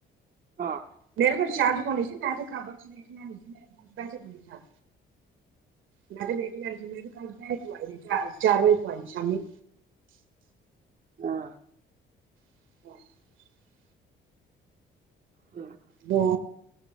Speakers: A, on the right; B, on the right.
A: ਹਾਂ।
B: ਮੇਰਾ ਤਾਂ ਰਿਚਾਰਜ ਕੋਨੀ ਸੀ ਮੈਂ ਤੇ ਖਬਰ ਚ ਵੇਖ ਲੈਣੀ ਸੀ ਮ ਪੈਸੇ ਖ ਸ ਮੈਂ ਤੇ ਬੇਟੀ ਆਈ ਸੀ ਮਣ ਕੱਲੈ ਪਵਾਏ ਚ ਚਾਰ ਵਜੇ ਪਵਾਏ ਸ਼ਾਮੀ।
A: ਹਾਂ।
B: <inaudible>
A: ਕਿਆ?
B: ਬੋ